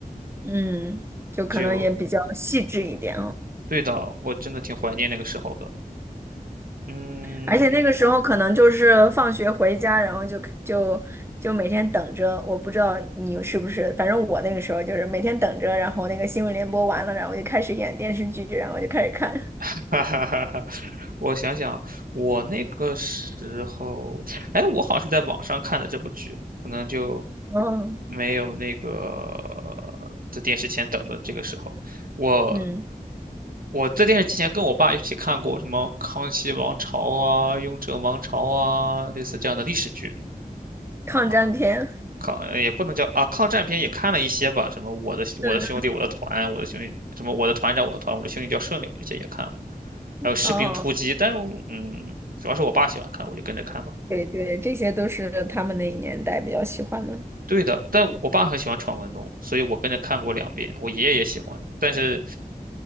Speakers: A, on the right (about 15°); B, on the right (about 65°).
A: 嗯就可能也比较细致一点哦。
B: 就对的，我真的挺怀念那个时候的。嗯，
A: 而且那个时候可能就是放学回家，然后就就就每天等着。我不知道你是不是，反正我那个时候就是每天等着，然后那个新闻联播完了，然后就开始演电视剧，然后就开始看。<laughs>
B: <laughs> 哈哈哈哈，我想想，我那个时候，哎，我好像是在网上看的这部剧，可能就
A: 哦，
B: 没有那个在电视前等的这个时候。我
A: 嗯，
B: 我在电视机前跟我爸一起看过什么《康熙王朝》啊、《雍正王朝》啊，类似这样的历史剧
A: 抗战片，
B: 啊。抗呃也不能叫啊，抗战片也看了一些吧，什么我的我的兄弟我的团，
A: 嗯，
B: 我的兄弟什么我的团长我的团，我的兄弟叫顺溜，这些也看了。还有《士兵突击》，
A: 哦，
B: 但嗯，主要是我爸喜欢看，我就跟着看吧。
A: 对对，这些都是他们那一年代比较喜欢的。
B: 对的，但我爸很喜欢闯关东，所以我跟着看过两遍。我爷爷也喜欢，但是